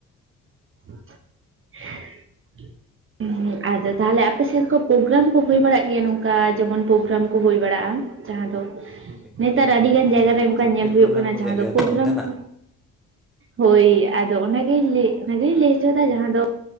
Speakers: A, on the right; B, in the centre.
A: <inaudible> ᱟᱫᱚ ᱛᱟᱦᱚᱞᱮ ᱟᱯᱮᱥᱮᱱ ᱠᱚ ᱯᱨᱳᱜᱨᱟᱢ ᱠᱚ ᱦᱳᱭ ᱵᱟᱲᱟᱜ ᱜᱮᱭᱟ ᱱᱚᱝᱠᱟ ᱡᱮᱢᱚᱱ ᱯᱨᱳᱜᱨᱟᱢ ᱠᱚ ᱦᱳᱭ ᱵᱟᱲᱟᱜᱼᱟ᱾ ᱡᱟᱦᱟᱸ ᱫᱚ
B: ᱦᱮᱸ
A: ᱱᱮᱛᱟᱨ
B: ᱦᱮᱸ
A: ᱟᱹᱰᱤᱜᱟᱱ
B: ᱚᱱᱟ
A: ᱡᱟᱭᱜᱟ
B: ᱪᱮᱫ
A: ᱨᱮ ᱚᱱᱠᱟ
B: ᱪᱷᱟᱯᱨᱤ
A: ᱧᱮᱞ ᱦᱩᱭᱩᱜ
B: ᱯᱨᱳᱜᱨᱟᱢ
A: ᱠᱟᱱᱟ
B: ᱠᱚ
A: ᱡᱟᱦᱟᱸ
B: ᱞᱟᱹᱭᱟᱜ
A: ᱫᱚ
B: ᱜᱮᱭᱟ
A: ᱯᱚᱜᱨᱟᱢ
B: ᱛᱚ ᱚᱱᱠᱟᱱᱟᱜ
A: ᱠᱚ᱾ ᱦᱳᱭ ᱟᱫᱚ ᱚᱱᱟ ᱜᱤᱧ ᱞᱟᱹᱭ ᱦᱚᱪᱚᱭᱟ ᱫᱟ ᱡᱟᱦᱟᱸ ᱫᱚ